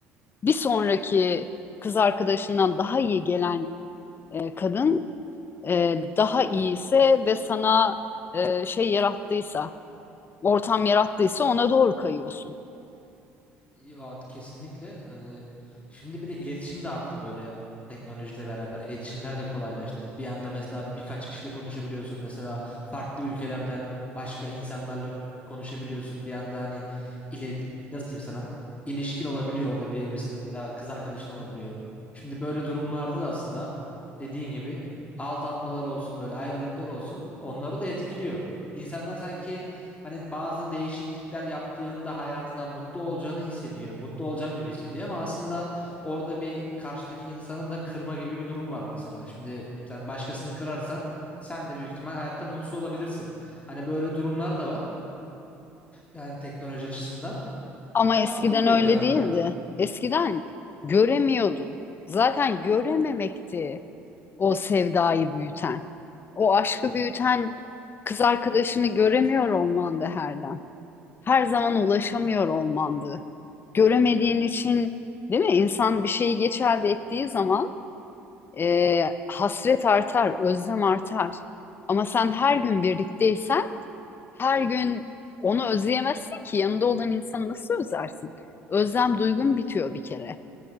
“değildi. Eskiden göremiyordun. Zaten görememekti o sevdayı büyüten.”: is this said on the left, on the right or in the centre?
Left